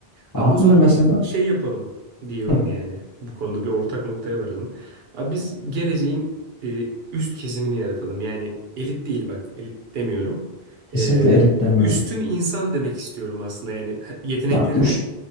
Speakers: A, on the left (about 35°); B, on the right (about 70°).
A: Abim
B: Abi o zaman
A: de mesela
B: biz şey yapalım diyorum
A: hı,
B: yani. Bu konuda bir ortak noktaya varalım. Abi biz geleceğin e, üst kesimini yaratalım. Yani elit değil bak elit demiyorum.
A: kesinlikle
B: E,
A: elit demiyorum.
B: üstün insan demek istiyorum aslında yani yeteneklerini
A: Ya, üç,